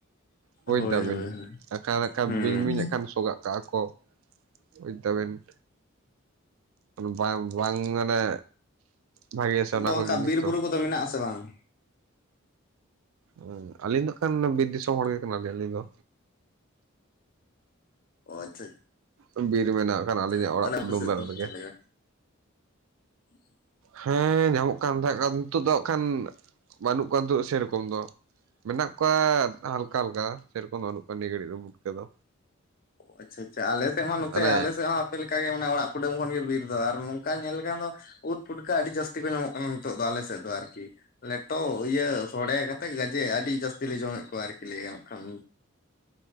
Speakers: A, on the right; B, on the left.
A: ᱵᱩᱡᱽ
B: ᱦᱳᱭ
A: ᱫᱟᱵᱤᱱ
B: ᱦᱳᱭ ᱦᱳᱭ
A: ᱵᱟᱠᱷᱟᱡ ᱱᱟᱠᱷᱟᱱ
B: ᱦᱩᱸ
A: ᱥᱚᱜᱟᱜ ᱠᱟᱜ-ᱟ ᱠᱚ, ᱵᱩᱡᱽ ᱫᱟᱵᱤᱱ᱾ ᱵᱟᱝ ᱵᱟᱝ ᱢᱟᱱᱮ ᱵᱷᱟᱜᱤ ᱟᱥᱮ ᱚᱱᱟ
B: ᱚᱱᱠᱟ
A: ᱠᱚ ᱡᱤᱱᱤᱥ
B: ᱵᱤᱨ
A: ᱛᱚᱼᱼ
B: ᱵᱩᱨᱩ ᱠᱚᱫᱚ ᱢᱮᱱᱟᱜ ᱟᱥᱮ ᱵᱟᱝ?
A: ᱦᱩᱸ ᱟᱹᱞᱤᱧ ᱫᱚ ᱠᱷᱟᱱ ᱵᱤᱨ ᱫᱤᱥᱚᱢ ᱦᱚᱲ ᱜᱮ ᱠᱟᱱᱟ ᱞᱤᱧ ᱟᱹᱞᱤᱧ ᱫᱚ᱾
B: ᱚ ᱟᱪᱪᱷᱟ
A: ᱵᱤᱨ ᱢᱮᱱᱟᱜ ᱠᱷᱟᱱ
B: ᱟᱪᱪᱷᱟ
A: ᱟᱹᱞᱤᱧᱟᱜ ᱚᱲᱟᱜ
B: ᱛᱟᱦᱚᱞᱮ ᱟᱯᱮ
A: ᱠᱩᱰᱟᱹᱢ
B: ᱥᱮᱫ
A: ᱫᱷᱟᱨᱮ
B: ᱫᱚ
A: ᱨᱮᱜᱮ᱾
B: ᱪᱮᱫ ᱞᱮᱠᱟ? <inaudible>
A: ᱦᱮᱸ ᱧᱟᱢᱚᱜ ᱠᱟᱱ ᱛᱟᱦᱮᱸ ᱠᱟᱱ ᱱᱤᱛᱚᱜ ᱫᱚ ᱦᱟᱜ ᱠᱷᱟᱱ ᱵᱟᱹᱱᱩᱜ ᱠᱚᱣᱟ ᱱᱤᱛᱚᱜ ᱥᱮᱨᱚᱠᱚᱢ ᱫᱚᱼᱼ ᱢᱮᱱᱟᱜ ᱠᱚᱣᱟ ᱦᱟᱞᱠᱟ ᱦᱟᱞᱠᱟ ᱥᱮᱨᱚᱠᱚᱢ ᱫᱚ ᱵᱟᱹᱱᱩᱜ ᱠᱚᱣᱟ ᱱᱤᱭᱟᱹ ᱜᱷᱟᱹᱲᱤᱡ ᱫᱚ ᱵᱩᱴᱠᱟᱹ ᱫᱚ᱾
B: ᱟᱪᱪᱷᱟ ᱟᱪᱪᱷᱟ ᱟᱞᱮ ᱥᱮᱫ ᱢᱟ ᱱᱚᱛᱮ
A: ᱢᱟᱱᱮ
B: ᱟᱞᱮ ᱥᱮᱫ ᱦᱚᱸ ᱟᱯᱮ ᱞᱮᱠᱟ ᱜᱮ ᱢᱟᱱᱮ ᱚᱲᱟᱜ ᱠᱩᱰᱟᱹᱢ ᱠᱷᱚᱱ ᱜᱮ ᱵᱤᱨ ᱫᱚ ᱟᱨᱼᱼ ᱚᱱᱠᱟ ᱧᱮᱞ ᱞᱮᱠᱷᱟᱱ ᱫᱚ ᱩᱫ ᱯᱩᱴᱠᱟ ᱟᱹᱰᱤ ᱡᱟᱹᱥᱛᱤ ᱠᱚ ᱧᱟᱢᱚᱜ ᱠᱟᱱᱟ ᱱᱤᱛᱚᱜ ᱫᱚ ᱟᱞᱮ ᱥᱮᱫ ᱫᱚ ᱟᱨ ᱠᱤ᱾ ᱞᱮᱴᱚ ᱤᱭᱟᱹ ᱥᱚᱲᱮ ᱠᱟᱛᱮ ᱜᱟᱡᱮ ᱟᱹᱰᱤ ᱡᱟᱹᱥᱛᱤ ᱞᱮ ᱡᱚᱢ ᱮᱫ ᱠᱚᱣᱟ ᱟᱨᱠᱤ ᱞᱟᱹᱭ ᱜᱟᱱᱚᱜ ᱠᱷᱟᱱ᱾